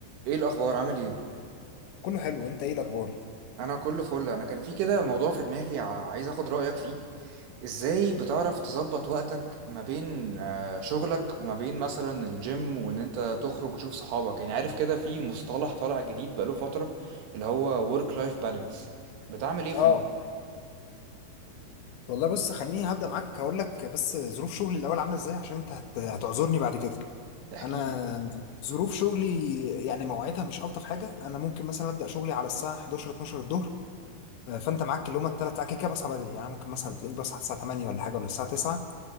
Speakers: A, on the right; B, on the left.
A: ايه الاخبار عامل ايه
B: كله حلو انت ايه الاخبار
A: انا كل فل انا كان في كده موضوع في دماغي ع- عايز اخد رايك فيه ازاي بتعرف تظبط وقتك ما بين آه، شغلك وما بين مثلا الجيم وان انت تخرج وتشوف صحابك يعني عارف كده في مصطلح طالع جديد بقاله فتره اللي هو work life balance بتعمل ايه في
B: اه
A: الم...
B: والله بص خليني هبدا معاك هقول لك بس ظروف شغلي الاول عامله ازاي عشان انت هت... هتعذرني بعد كده
A: احكي
B: انا
A: لي
B: ظروف شغلي يعني مواعيدها مش الطف حاجه انا ممكن مثلا ابدا شغلي على الساعه 11 12 الظهر آه، فانت معاك اللي هم الثلاث ساعات كده كده بصحى بدري يعني ممكن مثلا تلاقيني بصحى الساعه 8 ولا حاجه ولا الساعه 9